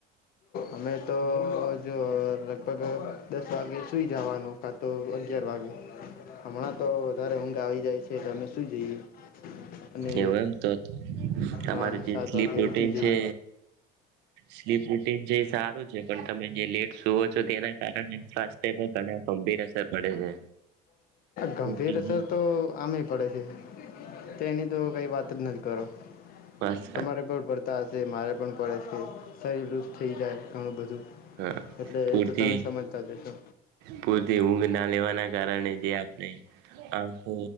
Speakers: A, on the left; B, on the right.
A: અમે તો જો લગભગ દસ વાગે સુઈ જવાનું કા તો અગિયાર વાગે હમણાં તો વધારે ઊંડા આવી જાય છે એટલે અમે સૂઈ જઈએ અને
B: એવ એમ તો અમારું
A: હા
B: જે
A: સાત
B: સ્લીપ
A: વાગે
B: રૂટીન
A: ઉઠી જઈએ
B: છે સ્લીપ રૂટીન જે સારું છે પણ તમે જે લેટ જુઓ છો તેના કારણે સ્્ય ઘ ગંભીર અસર પડે છે
A: ગંભીર
B: પૂરતી
A: અસર તો આમ પડે છે તેની તો કઈ વાત જ નથી કરો
B: ઊંઘ
A: તમારે પણ પડતા તે મારે પણ પડે છે કે શરીર લૂઝ થઈ જાય ઘણું બધું
B: હા
A: એટલે
B: પૂરતી
A: એ તો તમે સમજતા જશો
B: પૂરતી ઊંઘ ના લેવાના કારણે જે આપણે આંખો